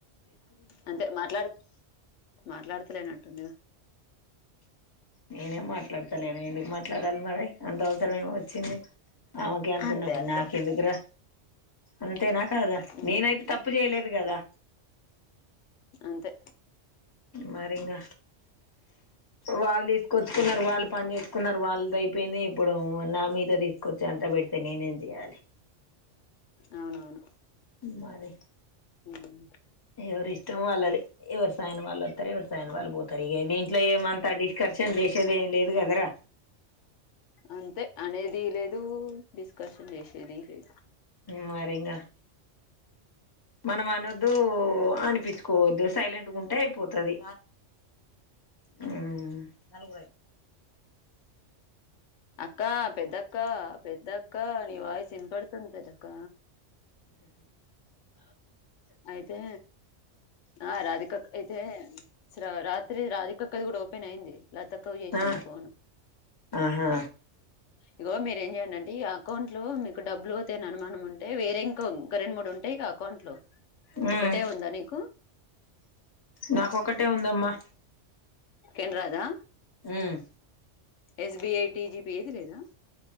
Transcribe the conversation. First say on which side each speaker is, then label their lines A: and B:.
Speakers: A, on the left (about 75°); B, on the left (about 20°).
A: అంటె మాట్లాడు మాట్లాడతలేనంటుందిగా
B: నేనేం మాట్లాడతలే నెన్ ఎందుకు మాట్లాడాలి మరి అంత అవసరం ఏమో వచ్చింది ఆమెకె అంత
A: అంతే
B: ఉన్నప్పుడు
A: అంతే
B: నాకేందుకురా అంతేనా కదా
A: ఉమ్
B: నేనైతే తప్పు చేయలేదు కదా
A: అంతే
B: మరి ఇంగ వాళ్ళు తీసుకొచ్చుకున్నారు వాళ్ళు పని చేసుకున్నారు వాళ్ళది అయిపోయింది ఇప్పుడు నా మీద తీసుకొచ్చ అంత పెడితే నేనేం చేయాలి.
A: అవునవును
B: మరి
A: ఉమ్
B: ఎవరి ఇష్టం వాళ్ళది ఎవరు సాయన వాళ్ళు వత్తరు ఎవరు సాయన వాళ్ళు పోతారు ఇగ దీంట్లో ఏమంతా డిస్కర్షన్ చేసేది ఏమి లేదు కదరా
A: అంతే అనేది లేదు దు డిస్కషన్ చేసేది లేదు
B: మరి ఇంగ మనం అనద్దు అనిపిచ్చు కోవ ద్దు సైలెంట్ ఉంటే అయిపోతుది హు
A: అక్క పెద్దక్క పెద్దక్క నీ వాయిసు వినపడుతుంది పెద్దక్క అయితే ఆ రాధిక అక్క అయితే రాత్రి రాధిక అక్కది కూడా ఓపెన్ అయింది లత అక్కకు చేసింది
B: ఆ
A: ఫోను
B: ఆహా
A: ఇగో మీర ఏం చెయండి అంటే ఈ అకౌంట్లో మీకు డబ్బులు పోతయని అనుమానం ఉంటే వేరే ఇంకాంక రెండు మూడుంటయి ఇక అకౌంట్ లు
B: ఉమ్
A: ఒకటే ఉందా నీకు
B: నాకొక్కటే ఉందమ్మా
A: కెనరా దా
B: ఉమ్
A: ఎస్బిఐ టిజిపి ఏది లేదా